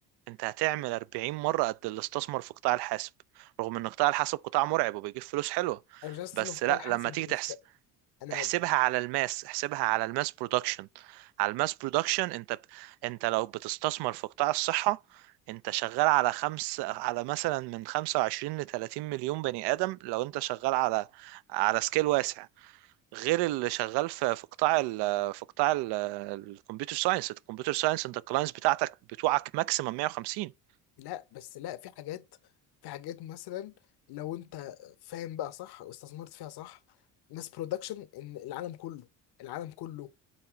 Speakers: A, on the right; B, on the left.
A: انت هتعمل 40 مرة قد اللي استثمر في قطاع الحاسب رغم ان قطاع الحاسب قطاع مرعب وبيجيب فلوس حلوة
B: انا مش عايز استثمر
A: بس
B: في قطاع
A: لا
B: الحاسب
A: لما تيجي
B: بس
A: تحسب
B: انا
A: احسبها على الماس احسبها على الماس برودكشن على الماس برودكشن انت ب... انت لو بتستثمر في قطاع الصحة انت شغال على خمس على مثلا من 25 ل 30 مليون بني آدم لو انت شغال على على سكيل واسع غير اللي شغال في في قطاع ال... في قطاع الكمبيوتر ساينس الكمبيوتر ساينس انت الكلاينتس بتاعتك بتوعك ماكسيمم 150
B: لا بس لا في حاجات في حاجات مثلا لو انت فاهم بقى صح واستثمرت فيها صح ماس برودكشن ان العالم كله العالم كله